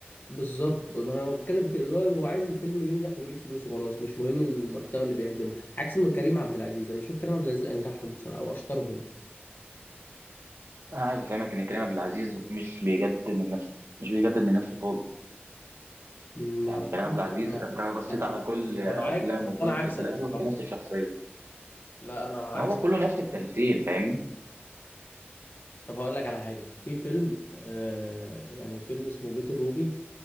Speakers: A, on the left; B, on the right.
A: بالظبط ما انا بتكلم في كده اللي هو هو عايز الفيلم ينجح ويجيب فلوس وخلاص مش مهم المحتوى اللي بيقدمه عكس ما كريم عبد العزيز انا بشوف كريم عبد العزيز انجحهم بصراحه او اشطرهم
B: انا عايز افهمك ان كريم عبد العزيز مش بيجدد من نفسه مش بيجدد من نفسه خالص
A: ما
B: يعني
A: بصراحه
B: كريم عبد العزيز
A: انا
B: انت لو بصيت
A: لا،
B: على
A: انا
B: كل
A: انا معاك
B: افلامه
A: بس
B: وكل
A: انا
B: مسلسلاته
A: عكسك بصراحه
B: هي نفس الشخصيه
A: لا انا عكسك
B: ما هو كله نفس التمثيل فاهمني
A: طب هقول لك على حاجه في فيلم آه يعني فيلم اسمه بيت الروبي